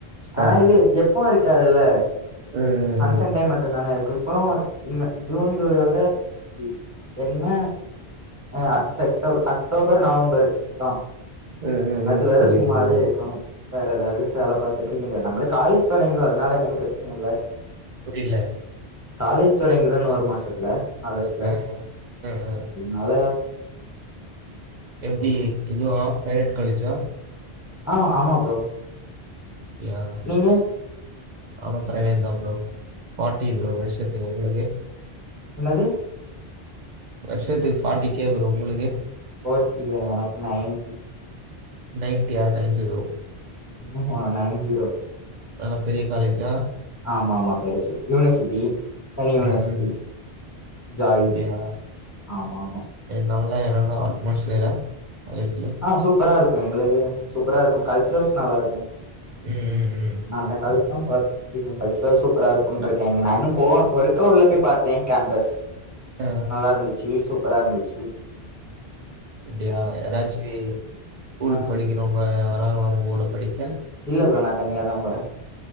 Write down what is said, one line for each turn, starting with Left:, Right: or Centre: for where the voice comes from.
Right: ஆ
Left: ஆனா இது எப்பவு இருக்காதுல்ல
Right: ம் ம்
Left: ஃபங்க்ஷன் டைம் மட்டும்தான இருக்கு இப்போ இம்மே ஜூன் ஜூலையோட முடிஞ்சு என்ன ஆ செக்டோப அக்டோபர் நவ ம்பரு தா
Right: ம் ம் ம் ம்
Left: அது வரை
Right: புரியுது
Left: சும்மாவே
Right: புரியுது
Left: இருக்கணு வேற ஏதாவுது வேல பாத்துட்டு இருக்க வேண்டியது நம்பளுக்கு காலேஜ் தொடங்கிடு அதனால எனக்கு ப்ரச்சன இல்ல
Right: புரியில
Left: காலேஜ் தொடங்கிடு இன்னோ ஒரு மாசத்துல ஆகஸ்ட்ல
Right: ஆ ஆ ஆ
Left: அதனால
Right: எப்டி இது பிரைவேட் காலேஜ்ஜா
Left: ஆ ஆமா ப்ரோ
Right: யா
Left: நீங்க
Right: அவ பிரைவேட் தா ப்ரோ ஃபாட்டி ப்ரோ வர்ஷத் உங்களுக்கு
Left: என்னது
Right: வருஷத்துக்கு ஃபாட்டிக்கே வரு உங்களுக்கு
Left: பார்ட்டி இல்ல எனக்கு நயன்டி
Right: நயன்டியா நயன் ஜீரோ
Left: ஆமா நயன் ஜீரோ
Right: நல்ல பெரிய காலேஜா
Left: ஆமா ஆமா பெரிசு யூனிவர்சிட்டி தனி யூனிவர்சிட்டி
Right: ம் ம்
Left: ஜாய்
Right: அப்டியா
Left: ஆமா ஆமா
Right: நல்ல என்னல்லா அட்மோஸ்பியரா காலேஜீல
Left: ஆ சூப்பரா இருக்கு எங்களுக்கு சூப்பரா இருக்கு கல்ச்சுரல்ஸ் நல்லா இருக்கு
Right: ம் ம் ம்
Left: நா அந்த காலேஜ் தா பாத் <unintelligible> கல்ச்சரல்ஸ் சூப்பரா இருக்கும்னு சொல்லிருக்கேங்க நா இன்னு போ ஒர்க்கா உள்ள போய் பாத்தே கேம்பஸ்
Right: ஆ
Left: நல்லாயிருந்துச்சி சூப்பரா இருந்துச்சி
Right: அப்டியா எதாச்சு ஸ்கூல்
Left: ஆ
Right: படிக்கிறவங்க வராங்களா உங்க கூட படிக்க
Left: இல்ல ப்ரோ நா தனியா தா போறே